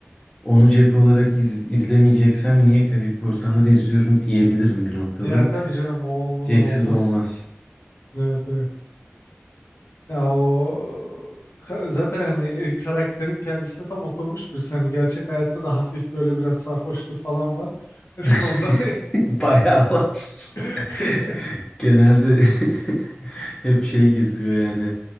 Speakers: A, on the left; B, on the left.
A: onu Jack olarak iz- izlemeyeceksem niye Karayip Korsanları izliyorum diyebilirim bir noktada.
B: Ya tabii canım o olmadan
A: Jack'siz
B: olmaz.
A: olmaz.
B: Evet evet. Ya o ka- zaten hani e, karakterin kendisine tam oturmuş bir hani gerçek hayatta da hafif böyle biraz sarhoşluğu falan var. <laughs>
A: <laughs>
B: Onda
A: Bayağı var.
B: <laughs>
A: <laughs> Genelde <laughs> hep şey geziyor yani